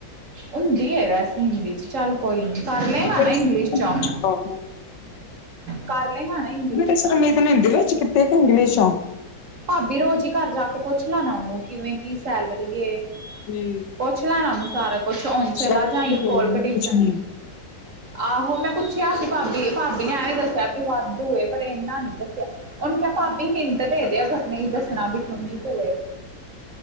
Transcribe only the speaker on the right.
ਹੁੰਦੀ ਹੈ ਵੈਸੇ ਹਿੰਦੀ ਚ ਚੱਲ ਕੋਈ ਨੀ ਕਰ ਲਏਗਾ
ਨਾ ਇੰਗਲਿਸ਼
ਚੋਂ।
ਕਰ ਲਏਗਾ ਨਾ ਇੰਗਲਿਸ਼
ਚੋਂ
ਭਾਬੀ ਰੋਜ਼ ਹੀ ਘਰ ਜਾ ਕੇ ਪੁੱਛ ਲੈਣਾ ਉਹਨੂੰ ਕਿਵੇਂ ਕੀ ਸੈਲਰੀ ਏ।
ਪੁੱਛ ਲੇਣਾ ਇਹਨੂੰ ਸਾਰਾ ਕੁੱਛ ਹੁਣ ਚਲਾ
ਜਾਈ
ਕੋਲ
ਕਟੀਚਣ।
ਆਹੋ ਮੈਂ ਪੁੱਛਿਆ ਸੀ ਭਾਬੀ ਭਾਬੀ ਨੇ ਐਵੇਂ ਦੱਸਿਆ ਵੀ ਵਾਧੂ ਏ ਪਰ ਇਨਾ ਨੀ ਦੱਸਿਆ। ਉਹਨੂੰ ਕਿਹਾ ਭਾਬੀ ਹਿੰਟ ਦੇ ਦਿਆ ਕਰ ਨਹੀਂ ਦੱਸਣਾ ਬਈ ਕਿੰਨੀ ਕੁ ਏ।